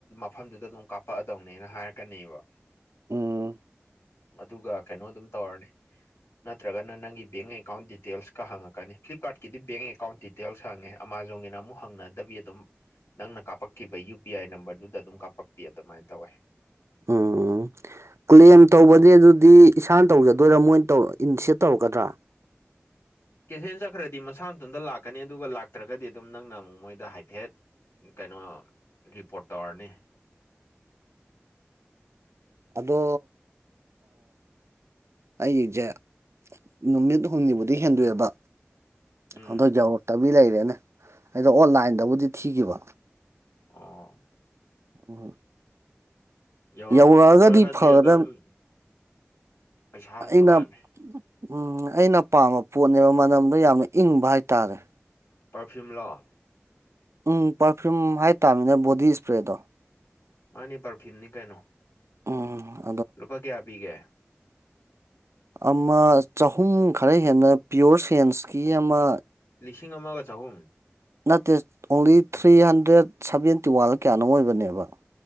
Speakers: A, on the left; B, on the right.
A: ꯃꯐꯝꯗꯨꯗ ꯑꯗꯨꯝ ꯀꯥꯞꯄꯛꯑꯗꯧꯅꯦꯅ ꯍꯥꯏꯔꯛꯀꯅꯦꯕ
B: ꯎꯝ
A: ꯑꯗꯨꯒ ꯀꯩꯅꯣ ꯑꯗꯨꯝ ꯇꯧꯔꯅꯤ ꯅꯠꯇ꯭ꯔꯒꯅ ꯅꯪꯒꯤ ꯕꯦꯡ ꯑꯦꯀꯥꯎꯟ ꯗꯤꯇꯦꯜꯁꯀ ꯍꯪꯉꯛꯀꯅꯤ ꯐ꯭ꯂꯤꯞꯀꯥꯔꯠꯀꯤꯗꯤ ꯕꯦꯡ ꯑꯦꯀꯥꯎꯟ ꯗꯤꯇꯦꯜꯁ ꯍꯉꯦ ꯑꯃ ꯖꯣꯒꯤꯅ ꯑꯃꯨꯛ ꯍꯪꯅꯗꯕꯤ ꯑꯗꯨꯝ ꯅꯪꯅ ꯀꯥꯞꯄꯛꯈꯤꯕ ꯌꯨ ꯄꯤ ꯑꯥꯏ ꯅꯝꯕꯔꯗꯨꯗ ꯑꯗꯨꯝ ꯀꯥꯞꯄꯛꯄꯤ ꯑꯗꯨꯃꯥꯏꯅ ꯇꯧꯋꯦ
B: ꯎꯝ ꯀ꯭ꯂꯦꯝ ꯇꯧꯕꯗꯤ ꯑꯗꯨꯗꯤ ꯏꯁꯥꯅ ꯇꯧꯖꯗ ꯑꯗꯨ ꯑꯣꯏꯔꯥ ꯃꯣꯏꯅ ꯇꯧꯔ ꯏꯟꯅꯤꯁꯦꯠ ꯇꯧꯔꯛꯀꯗ꯭ꯔꯥ
A: ꯀꯦꯟꯁꯦꯟ ꯆꯠꯈ꯭ꯔꯗꯤ ꯃꯁꯥ ꯃꯇꯇ ꯂꯥꯛꯀꯅꯤ ꯑꯗꯨꯒ ꯂꯥꯛꯇ꯭ꯔꯒꯗꯤ ꯑꯗꯨꯝ ꯅꯪꯅ ꯑꯃꯨꯛ ꯃꯣꯏꯗ ꯍꯥꯏꯐꯦꯠ ꯀꯩꯅꯣ ꯔꯤꯄꯣꯔꯠ ꯇꯧꯔꯅꯤ
B: ꯑꯗꯣ ꯑꯩꯁꯦ ꯅꯨꯃꯤꯠ ꯍꯨꯝꯅꯤꯕꯨꯗꯤ ꯍꯦꯟꯗꯣꯛꯑꯦꯕ
A: ꯎꯝ
B: ꯑꯗꯣ ꯌꯧꯔꯛꯇꯕꯤ ꯂꯩꯔꯦꯅꯦ ꯑꯩꯗꯣ ꯑꯣꯟꯂꯥꯏꯟꯗꯕꯨꯗꯤ ꯊꯤꯈꯤꯕ
A: ꯑꯥ
B: ꯎꯣꯏ
A: ꯌꯧꯔꯛꯇ꯭ꯔꯒꯗꯤ
B: ꯌꯧꯔꯛꯑꯒꯗꯤ ꯐꯒꯗꯕ
A: ꯑꯗꯨꯝ ꯄꯩꯁꯥ ꯍꯟꯗꯣꯔꯛꯑꯅꯤ
B: ꯑꯩꯅ ꯎꯝ ꯑꯩꯅ ꯄꯥꯝꯕ ꯄꯣꯠꯅꯦꯕ ꯃꯅꯝꯗ ꯌꯥꯝꯅ ꯏꯪꯕ ꯍꯥꯏꯇꯥꯔꯦ
A: ꯄꯔꯐ꯭ꯌꯨꯝ ꯂꯣꯑꯣ
B: ꯎꯝ ꯄꯥꯔꯐ꯭ꯌꯨꯝ ꯍꯥꯏꯇꯥꯥꯔꯃꯤꯅ ꯕꯣꯗꯤ ꯏꯁꯄ꯭ꯔꯦꯗꯣ
A: ꯃꯥꯅꯤ ꯄꯔꯐ꯭ꯌꯨꯝꯅꯤ ꯀꯩꯅꯣ
B: ꯑꯣ
A: ꯂꯨꯄꯥ ꯀꯌꯥ ꯄꯤꯒꯦ
B: ꯑꯃ ꯆꯍꯨꯝ ꯈꯔ ꯍꯦꯟꯅ ꯄꯤꯌꯣꯔ ꯁꯦꯟꯁꯀꯤ ꯑꯃ
A: ꯂꯤꯁꯤꯡ ꯑꯃꯒ ꯆꯍꯨꯝ
B: ꯅꯠꯇꯦ ꯑꯣꯡꯂꯤ ꯊ꯭ꯔꯤ ꯍꯟꯗ꯭ꯔꯦꯠ ꯁꯚꯦꯟꯇꯤ ꯋꯥꯟ ꯀꯌꯥꯅꯣ ꯑꯣꯏꯕꯅꯦꯕ